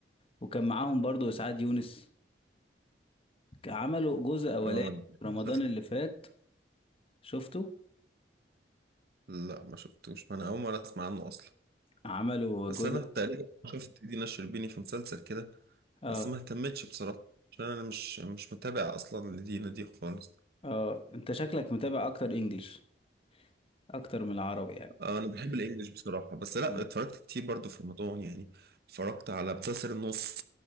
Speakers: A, on the left; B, on the right.
A: وكان معاهم برضو اسعاد يونس عملوا جزء اولاني
B: آه إيه
A: في رمضان
B: المسلسل؟
A: اللي فات شفته
B: لا ما شفتوش ما أنا أول مرة أسمع عنه أصلا
A: عملوا
B: بس
A: جزء
B: أنا تقريبا شفت دينا الشربيني في مسلسل كده
A: اه
B: بس ما اهتمتش بصراحة عشان أنا مش مش متابع أصلا لدينا دي خالص
A: اه انت شكلك متابع اكتر انجلش اكتر من العربي يعني
B: آه، انا بحب الانجليش بصراحه بس لا
A: مم.
B: اتفرجت كتير برضو في رمضان يعني اتفرجت على مسلسل النص